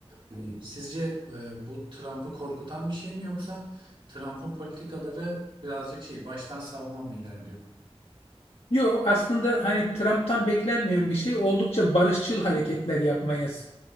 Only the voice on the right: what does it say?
Hani sizce e, bu Trump'ı korkutan bir şey mi yoksa Trump'ın politikaları birazcık şey baştan savma mı ilerliyor?